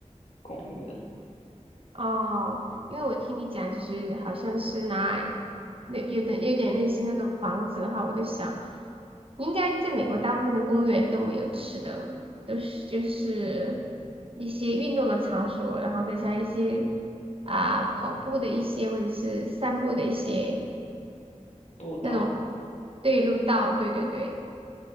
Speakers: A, on the left; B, on the right.
A: 公园。
B: 哦，因为我听你讲，就是好像是拿那有点有点类似那种房子的话，我在想，应该在美国大部分的公园都没有吃的，都是就是一些运动的场所，然后再加一些啊、跑步的一些或者是散步的一些
A: 不到，
B: 那种对路道，对对对，